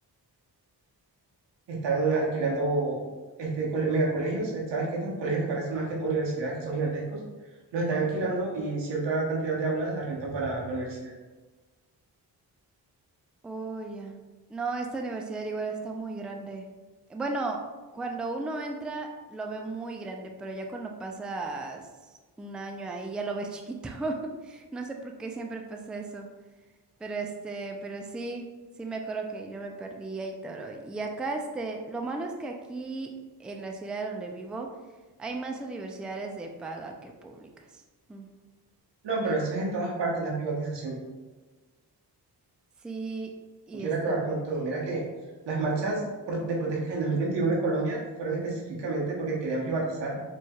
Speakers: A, on the right; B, in the centre.
A: están alquilando este, cole- megacolegios. eh, Sabes que estos colegios que parecen más que todo universidades, que son gigantescos, los están alquilando y cierta cantidad de aulas las rentan para la universidad.
B: Oh, ya. No, esta universidad igual está muy grande. Bueno, cuando uno entra lo ve muy grande, pero ya cuando pasas un año ahí ya lo ves chiquito. <laughs> No sé por qué siempre pasa eso. Pero este, pero sí, sí me acuerdo que yo me perdía y todo. Y acá este, lo malo es que aquí en la ciudad donde vivo hay más universidades de paga que públicas. Mm.
A: No,
B: Y-
A: pero eso es en todas partes, la privatización
B: Sí, y
A: quiere
B: este.
A: acabar con todo. Mira que las marchas pro- de protestas en 2021 en Colombia fueron específicamente porque querían privatizar